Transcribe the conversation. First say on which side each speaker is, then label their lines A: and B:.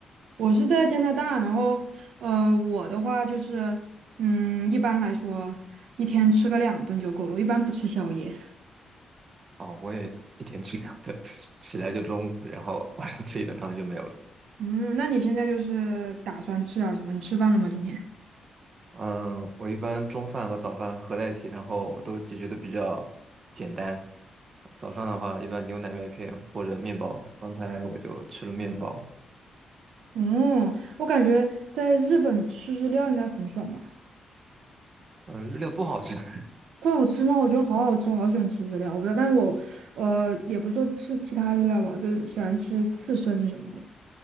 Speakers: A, on the right; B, on the right.
A: 我是在加拿大，然后呃，我的话就是，嗯，一般来说一天吃个两顿就够了，我一般不吃宵夜。
B: 哦，我也一天吃两顿，<laughs> 起来就中午，然后 <laughs> 晚上吃一顿，然后就没有了。
A: 嗯，那你现在就是打算吃点什么？你吃饭了吗？今天？
B: 嗯，我一般中饭和早饭合在一起，然后都解决的比较简单。早上的话，一般牛奶麦片或者面包。刚才我就吃了面包。
A: 嗯，我感觉在日本吃日料应该很爽吧。
B: 嗯，日料不好吃。<laughs>
A: 不好吃吗？我觉得好好吃，我好喜欢吃日料。我不知道，但是我呃也不是说吃其他日料吧，我就喜欢吃刺身什么的，